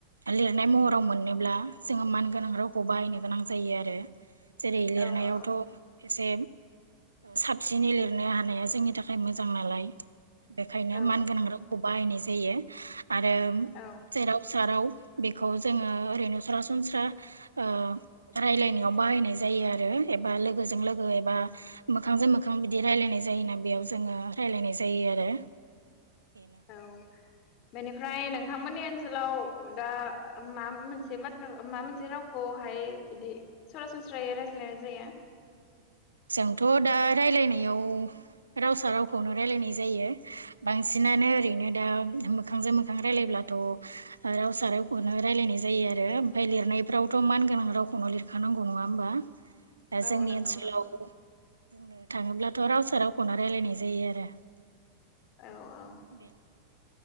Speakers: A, on the right; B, on the left.
A: लिरनाय महराव मोननोब्ला जोङो मानगोनां रावखौ बाहायनो गोनां जायो आरो जेरै लिरनायावथ'
B: औ औ
A: एसे साबसिनै लिरनो हानाया जोंनि थाख खाय मोजां नालाय बेखायनो
B: औ
A: मानगोनां रावखौ बाहायनाय जा जायो। आरो
B: औ
A: जेराव सेराव बेखौ जोङो ओरैनो सरासनस्रा ओ रायलायनायाव बाहायनाय जायो आरो एबा लोगोजों लोगो एबा मोखांजों मोखां बिदि रायलायनाय जायोना बेयाव जोङो रायलायनाय जायो आरो। बेनो
B: औ बेनिफ्राय नोंथांमोननि ओनसोलाव दा माबा मोनसे बाथ्रा माबा मोनसे रावखौहाय बिदि सरासनस्रायै रायज्लायनाय जायोना रायज्लाया?
A: जोंथ' दा रायलायनायाव रावसा रावखौनो रायलायनाय जायो बांसिनानो ओरैनो दा मोखांजों मोखां रायलायब्लाथ' रावसा रावखौनो रायलायनाय जायो आरो ओमफ्राय लिरनायफ्रावथ' मानगोनां रावखौनो लिरखानांगौ नङा होमबा। दा जोंनि
B: औ नंगौ
A: ओनसोलाव
B: नंगौ
A: बुंनो थाङोब्लाथ' रावसा रावखौनो रायलायनाय जायो आरो।
B: औ औ
A: बे